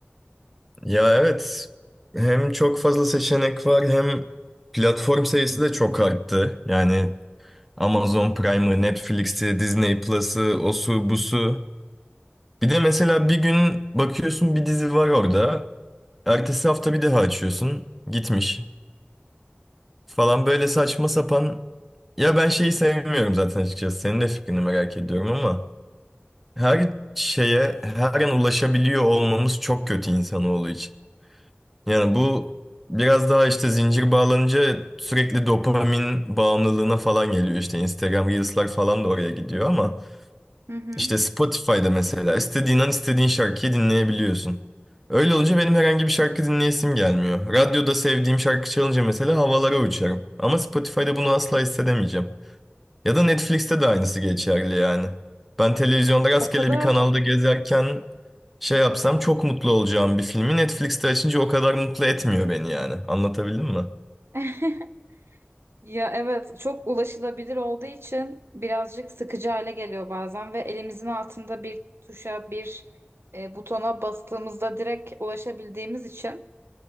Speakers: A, in the centre; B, on the right (about 80°).
A: Ya evet hem çok fazla seçenek var hem platform sayısı da çok arttı. Yani Amazon Prime'ı, Netflix'i, Disney Plus'ı, osu busu. Bir de mesela bir gün bakıyorsun bir dizi var orada. Ertesi hafta bir daha açıyorsun. Gitmiş falan böyle saçma sapan. Ya ben şeyi sevmiyorum zaten açıkçası. Senin de fikrini merak ediyorum ama her şeye her an ulaşabiliyor olmamız çok kötü insanoğlu için. Yani bu biraz daha işte zincir bağlanınca sürekli dopamin bağımlılığına falan geliyor. İşte Instagram Reels'lar falan da oraya gidiyor ama
B: Hı hı.
A: işte Spotify'da mesela istediğin an istediğin şarkıyı dinleyebiliyorsun. Öyle olunca benim herhangi bir şarkı dinleyesim gelmiyor. Radyoda sevdiğim şarkı çalınca mesela havalara uçarım. Ama Spotify'da bunu asla hissedemeyeceğim. Ya da Netflix'te de aynısı geçerli yani. Ben televizyonda rastgele
B: O kadar
A: bir kanalda gezerken şey yapsam çok mutlu olacağım bir filmi Netflix'te açınca o kadar mutlu etmiyor beni yani. Anlatabildim mi?
B: <laughs> Ya evet çok ulaşılabilir olduğu için birazcık sıkıcı hale geliyor bazen ve elimizin altında bir tuşa bir e, butona bastığımızda direkt ulaşabildiğimiz için